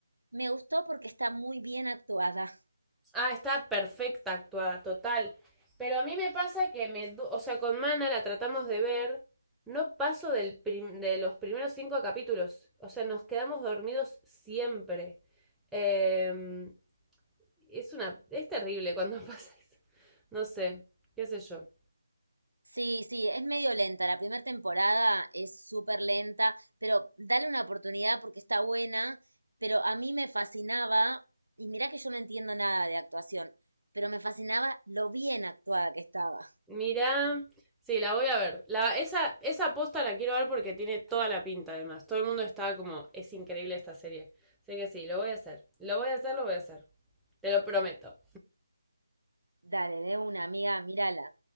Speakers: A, on the right (about 75°); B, in the centre.
A: me gustó porque está muy bien actuada.
B: Ah, está perfecta actuada, total. Pero a mí me pasa que me... O sea, con Mana la tratamos de ver. No paso del prim- de los primeros cinco capítulos. O sea, nos quedamos dormidos siempre. Eh, es una... Es terrible cuando <laughs> pasa eso. No sé, qué sé yo.
A: Sí, sí, es medio lenta. La primera temporada es súper lenta, pero dale una oportunidad porque está buena. Pero a mí me fascinaba, y mirá que yo no entiendo nada de actuación, pero me fascinaba lo bien actuada que estaba.
B: Mirá... Sí, la voy a ver. La, esa, esa posta la quiero ver porque tiene toda la pinta, además. Todo el mundo está como, es increíble esta serie. Así que sí, lo voy a hacer. Lo voy a hacer, lo voy a hacer. Te lo prometo.
A: Dale, de una, amiga, mírala.